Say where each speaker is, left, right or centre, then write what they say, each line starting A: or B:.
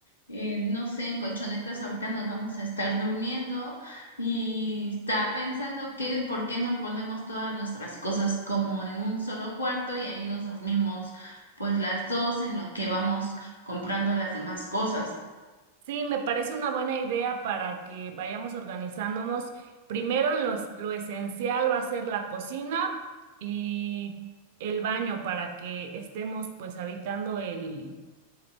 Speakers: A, on the left; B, on the right.
A: eh, no sé, en colchonetas ahorita nos vamos a estar durmiendo y está pensando que por qué no ponemos todas nuestras cosas como en un solo cuarto y ahí nos dormimos pues las dos en lo que vamos comprando las demás cosas.
B: Sí, me parece una buena idea para que vayamos organizándonos. Primero en los, lo esencial va a ser la cocina y el baño para que estemos pues habitando el,